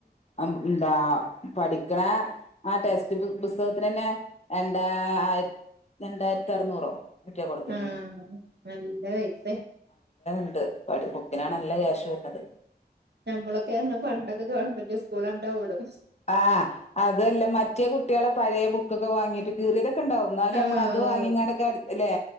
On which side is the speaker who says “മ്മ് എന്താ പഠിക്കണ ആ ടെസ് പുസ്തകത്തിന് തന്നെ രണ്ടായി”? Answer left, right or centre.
Left